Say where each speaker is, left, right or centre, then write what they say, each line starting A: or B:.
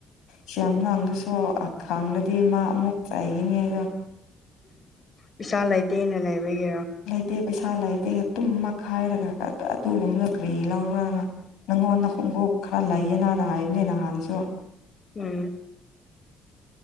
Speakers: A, on the left (about 60°); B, on the left (about 35°).
A: ꯁꯤ ꯌꯥꯝ ꯂꯥꯡꯗꯁꯨ ꯑꯈꯥꯡꯗꯗꯤ ꯃꯥ ꯑꯃꯨꯛ ꯆꯥꯏꯒꯤꯅꯤ ꯍꯥꯏꯗꯣ꯫
B: ꯄꯩꯥ ꯂꯩꯇꯦꯅ ꯂꯩꯕꯒꯤꯔꯣ꯫
A: ꯑꯩ ꯄꯩꯁꯥ ꯂꯩꯇꯦ ꯇꯨꯝꯃꯛꯈꯥꯏꯔꯒ ꯑꯗꯨꯒꯨꯝꯕ ꯗꯣ ꯭ꯀꯔꯤ ꯂꯥꯎ꯫ ꯃꯥꯅ ꯅꯪꯉꯣꯟꯗ ꯈꯣꯡꯎꯞ ꯈꯔ ꯂꯩꯌꯦꯅ ꯍꯥꯟꯅ ꯍꯥꯏꯕꯅꯤ ꯅꯍꯥꯟꯁꯨ꯫
B: ꯎꯝ꯫